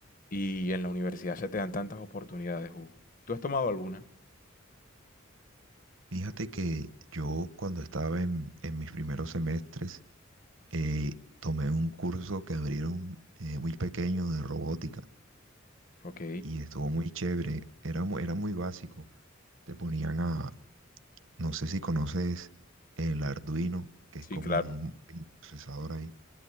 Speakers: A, on the left (about 40°); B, on the right (about 70°).
A: Y en la universidad se te dan tantas oportunidades, Hugo. ¿Tú has tomado alguna?
B: Fíjate que yo cuando estaba en, en mis primeros semestres, eh, tomé un curso que abrieron eh, muy pequeño de robótica
A: Ok,
B: y estuvo muy chévere, era, mu- era muy básico. Te ponían a, No sé si conoces el Arduino, que
A: Sí,
B: es como
A: claro.
B: un mini procesador ahí.